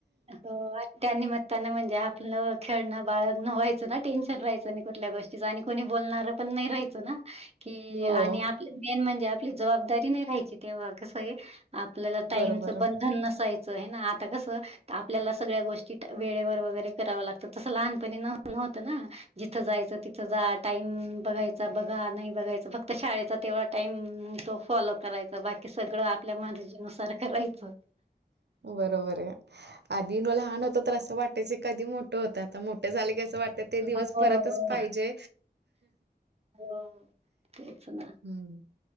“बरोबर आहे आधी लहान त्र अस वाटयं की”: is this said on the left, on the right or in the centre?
Right